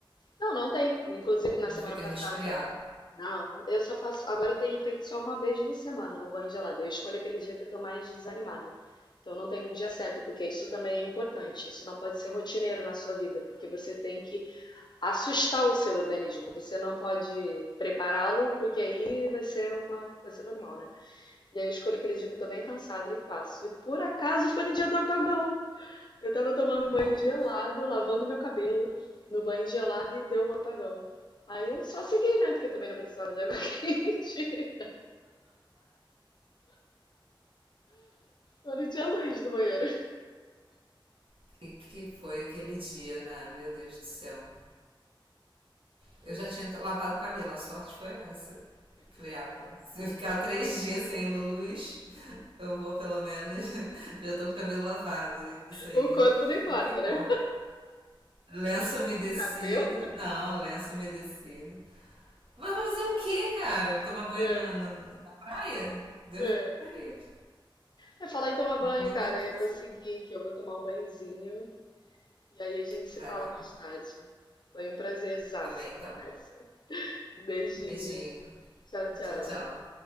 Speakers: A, on the left (about 55°); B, on the right (about 85°).
A: Não, não tem. Inclusive na
B: Não
A: semana
B: fica
A: passada.
B: resfriado.
A: Não, eu só faço. Agora eu tenho feito só uma vez na semana o banho gelado. Eu escolho aquele dia que eu tô mais desanimada. Então não tem um dia certo, porque isso também é importante. Isso não pode ser rotineiro na sua vida, porque você tem que assustar o seu organismo. Você não pode prepará-lo, porque aí vai ser uma coisa normal, né? E aí eu escolho aquele dia que eu tô bem cansada e faço. E por acaso foi no dia do apagão. Eu tava tomando um banho
B: Meu Deus.
A: gelado, lavando meu cabelo no banho gelado e deu um apagão. Aí eu só segui, né? Porque eu também não precisava de água <laughs> quente. Só não tinha luz no banheiro.
B: O que que foi aquele dia, né? Meu Deus do céu. Eu já tinha lavado o cabelo, a sorte foi essa. Falei, ah, pronto. Se eu ficar três dias sem luz, eu vou pelo menos. <laughs> Já tô com o cabelo lavado. Isso aí.
A: O corpo não importa,
B: E que
A: né?
B: porra. Lenço umedecido.
A: O cabelo.
B: Não, lenço umedecido. Mas vai fazer o quê, cara? Tomar banho
A: É,
B: na, na, na praia? Deus
A: é.
B: me livre.
A: É falar em tomar banho,
B: Não, não
A: cara.
B: tem o que
A: Eu
B: fazer.
A: vou seguir, que eu vou tomar um banhozinho. E aí a gente se
B: Vai
A: fala
B: lá.
A: mais tarde. Foi um prazerzaço
B: Tá bem,
A: a conversa.
B: então.
A: Beijinho.
B: Beijinho.
A: Tchau, tchau.
B: Tchau, tchau.